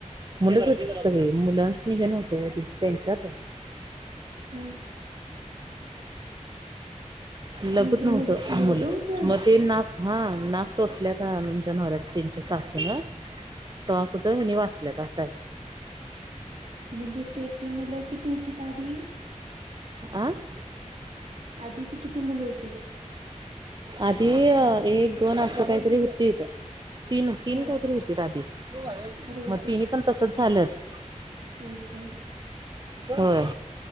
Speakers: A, on the right; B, on the right.
A: मुलंच होतीत सगळी मुलांसनी हे नव्हतं ओ तिथ त्यांच्यात
B: हम्म
A: लघुत
B: म्हणजे
A: नव्हतं
B: मुल मुलगं
A: मूल
B: होतं
A: मग ते ना हा नाक टोचल्यात आमच्या नवऱ्याच तेनच्या सासून. तवा कुठं हेनी वाचल्यात असं हाय.
B: म्हणजे तेथे मुलं किती होतीत आधी?
A: आं‌ <inaudible>
B: आधीची किती मुलं होतीत?
A: आधी अं एक दोन असं काय तरी हुतीत. तीन तीन
B: हा.
A: काहीतरी हुतीत आधी मग
B: अरे बापरे!
A: तिन्ही पण तसच झालं.
B: आई गं.
A: होय.